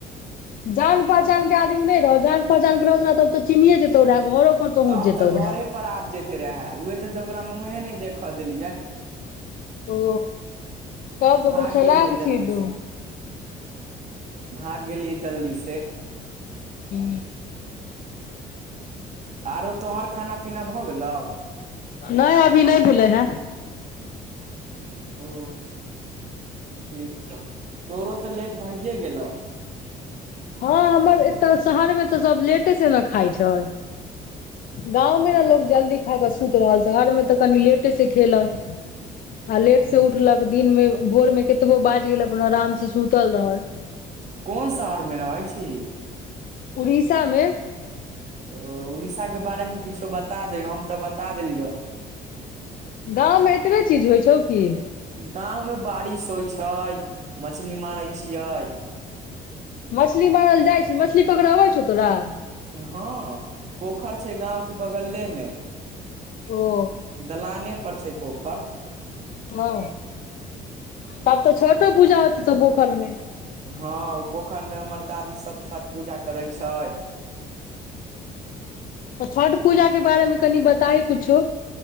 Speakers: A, on the left; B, on the right.
A: जान पहचान के आदमी नहि रहौ जान पहचान के रहौ तोरा तब तऽ चिनिए जेतौ रह घरो पर पहुँच
B: तब
A: जेतौ
B: तऽ
A: रहै
B: घरे पर आब जते रहे उह चलते ओकरा मुँहे नहि देखऽ देलियै।
A: ओ तब
B: भाग
A: तऽ चलाक
B: गेलियै जल्दी
A: छईही तु
B: से भाग गेलियै जल्दी से।
A: हू।
B: आरो तोहर खाना पीना भऽ गेलौ।
A: नहि अभी नहि भेलै ह
B: ओ। ठीक छौ तोरो तऽ लेट भइए गेलौ।
A: हँ हमर एतऽ शहर मे तऽ सभ लेटे से ने खाय छै गावमे
B: हँ
A: ने लोको जल्दी खा कऽ सुति रहल शहरमे तऽ कनि लेटे से खेलक आ लेट
B: हूँ।
A: से उठलक दिन मे भोर मे कतबो बाज गेल अपन आराम से सुतल रहल
B: कोन शहर मे रहैत छी
A: उड़ीसा मे
B: ओ उड़ीसा के बारेमे किछो बता हम तऽ बता देलियै
A: गाव मे एतब चीज होइ छौ कि
B: गाव मे बारिश होइ छै मछली मारै छियै।
A: मछली बारल जाइ छी मछली पकड़बै छौ तोरा।
B: हँ पोखरि छै गाव के बगले मे
A: ओ।
B: दलाने पर छै पोखर
A: ह तब तऽ छोटो पूजा होती तऽ पोखार मे
B: हँ ओ पोखरि मे हमर दादी सभ छठ पूजा करै छै
A: त छठ पूजा के बारेमे कनि बताइ किुछो